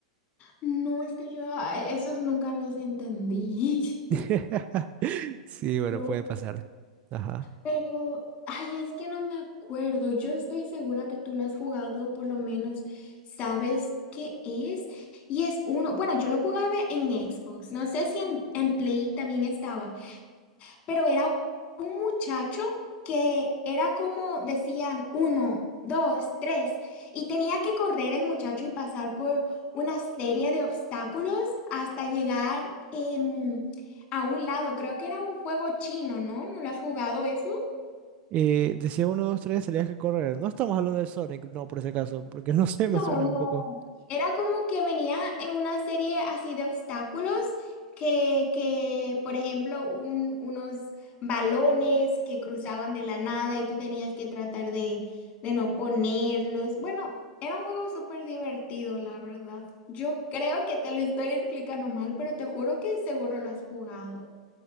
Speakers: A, on the left; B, on the right.
A: No, es que yo ah, esos nunca los entendí.
B: <laughs> Sí, bueno,
A: <laughs> Lo-
B: puede pasar. Ajá.
A: Pero, ay, es que no me acuerdo. Yo estoy segura que tú lo has jugado, por lo menos sabes qué es. Y es uno, bueno, yo lo jugaba en Xbox. No sé si en, en Play también estaba. pero era un muchacho que era como decían uno, dos, tres, y tenía que correr el muchacho y pasar por una serie de obstáculos hasta llegar em, a un lado. Creo que era un juego chino, ¿no? ¿No lo has jugado eso?
B: Eh, decía uno, dos, tres, tenías que correr. No estamos hablando de Sonic, no, por ese caso, porque <laughs> no sé,
A: No,
B: me suena
A: no.
B: un poco.
A: Era como que venía en una serie así de obstáculos que, que por ejemplo, un- unos balones que cruzaban de la nada y tú tenías que tratar de, de no ponerlos. Bueno, era un juego súper divertido, la verdad. Yo creo que te lo estoy explicando mal, pero te juro que seguro lo has jugado.